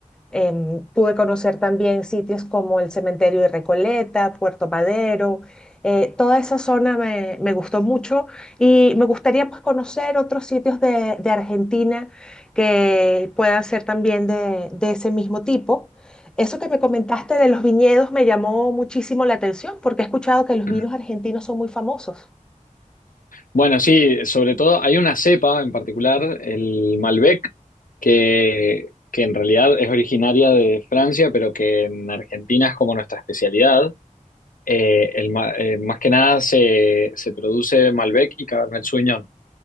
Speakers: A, in the centre; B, on the left.
A: Em, pude conocer también sitios como el Cementerio de Recoleta, Puerto Madero. eh, toda esa zona me, me gustó mucho y me gustaría pues, conocer otros sitios de, de Argentina que puedan ser también de, de ese mismo tipo. Eso que me comentaste de los viñedos me llamó muchísimo la atención porque he escuchado que los
B: Ujú.
A: vinos argentinos son muy famosos.
B: Bueno, sí, sobre todo hay una cepa en particular, el Malbec, que, que en realidad es originaria de Francia, pero que en Argentina es como nuestra especialidad. Eh, el ma- eh, más que nada se, se produce Malbec y Cabernet Sauvignon.